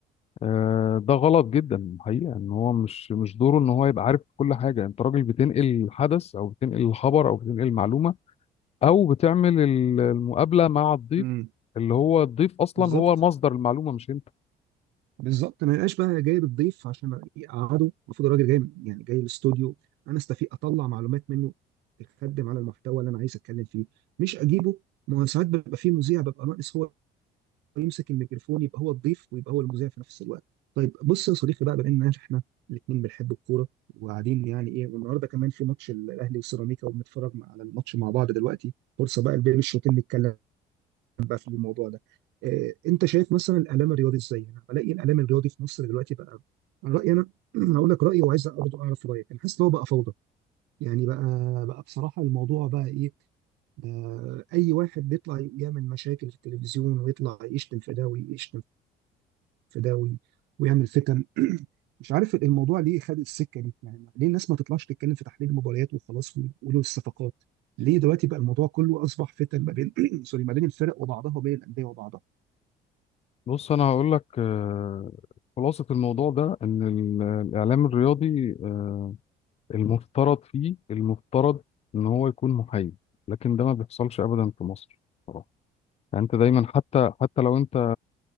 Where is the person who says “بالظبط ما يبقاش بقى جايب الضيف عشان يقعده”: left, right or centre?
Right